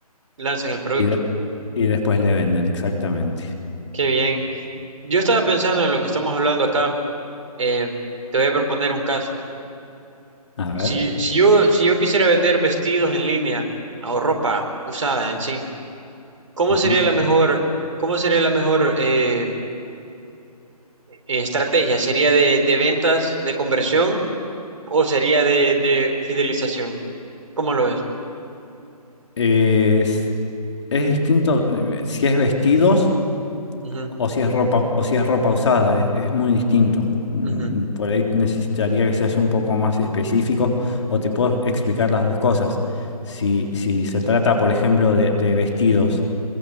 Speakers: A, on the right; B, on the left.
A: lanzan el producto.
B: Y, de- y después le venden, exactamente.
A: Qué bien. Yo estaba pensando en lo que estamos hablando acá. Eh, te voy a proponer un caso.
B: A
A: Si,
B: ver.
A: si yo, si yo quisiera vender vestidos en línea o ropa usada en sí, ¿cómo
B: ujú.
A: sería la mejor, cómo sería la mejor eh, estrategia? ¿Sería de, de ventas, de conversión o sería de, de fidelización? ¿Cómo lo es?
B: Es, es distinto eh, si es vestidos
A: Ujú,
B: o si es ropa, o si es ropa usada, es, es muy distinto. Mm,
A: ujú,
B: Por ahí necesitaría que seas un poco más específico o te puedo explicar las dos cosas. Si, si se trata, por ejemplo, de, de vestidos